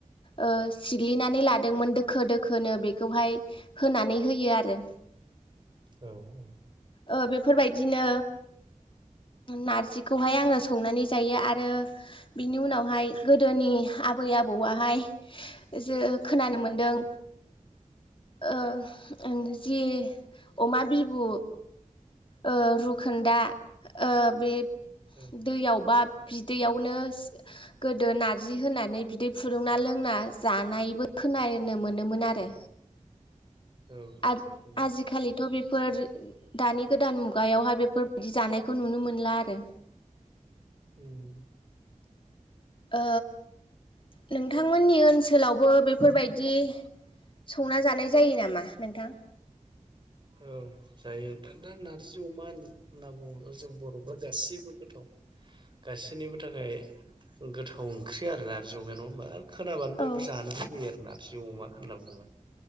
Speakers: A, on the left; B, on the right.
A: ओ सिग्लिनानै लादोंमोन ओ दोखो दोखोनो बेखौहाय होनानै होयो आरो
B: औ औ
A: ओ बेफोरबायदिनो नारजिखौहाय आङो संनानै जायो आरो बिनि उनावहाय गो दोनि आबै आबौआहाय जे खोनानो मोनदों ओ <unintelligible> जि अमा बिबु ओ रुखोनदा ओ बे
B: औ
A: दैयाव बा बिदैयावनो गोदो नारजि होनानै बिदै फुदुंना लोंना जानायबो खोनानो मोनोमोन आरो
B: औ
A: आजि-आजिखालिथ'
B: उम
A: बे फोर दानि गोदान मुगायावहाय बेफोरबायदि जानायखौ नुनो मोनला आरो
B: हम
A: ओ नोंथांमोननि ओनसोलावबो बेफोरबायदि संना जानाय जायो नामा नोंथां
B: औ जायो दा दा नार्जि अमा होनना बुङोब्ला जों बर'फ्रा गासैबो गोथाव गासिनिबो थाखाय गोथाव ओंख्रि आरो नार्जि अमाया नङा होमबा खोनाबानो बयबो
A: औ
B: जानो लुुबैयो आरोना खि अमा होनना बुंबा